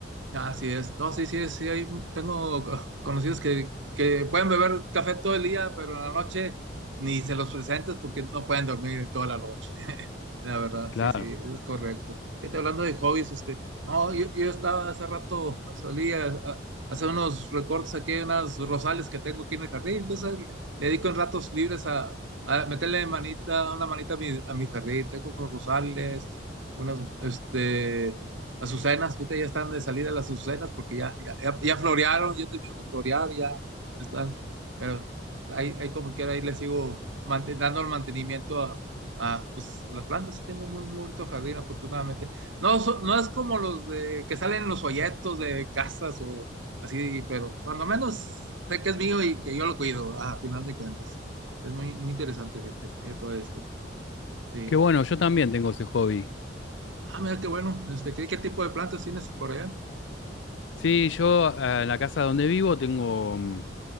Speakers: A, on the right; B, on the left.
A: Así es. No, sí, sí, sí, hay- tengo co- conocidos que, que pueden beber café todo el día, pero en la noche ni se los presentes porque no pueden dormir toda la noche. <laughs> La verdad,
B: Claro.
A: sí, sí, es correcto. Y te hablando de hobbies, este, no, yo, yo estaba hace rato, solía a- hacer unos recortes aquí, unas rosales que tengo aquí en el jardín, entonces le dedico en ratos libres a, a meterle manita, una manita a mi, a mi jardín, tengo unos rosales, unas, este las azucenas, ahorita ya están de salida las azucenas porque ya, ya, ya- ya florearon, ya terminaron de florear, ya están, pero ahí, ahí como quiera, ahí les sigo manten- dando el mantenimiento a, a, pues, las plantas. Yo Tengo muy, muy bonito jardín, afortunadamente. No, so- no es como los de que salen en los folletos de casas o así, pero cuando menos sé que es mío y que yo lo cuido, a final de cuentas. Es muy, muy interesante, gente, eh, todo esto. Sí.
B: Qué bueno, yo también tengo ese hobby.
A: Ah, mira qué bueno. Este, ¿qué, qué tipo de plantas tienes por allá?
B: Sí, yo eh, en la casa donde vivo tengo mm,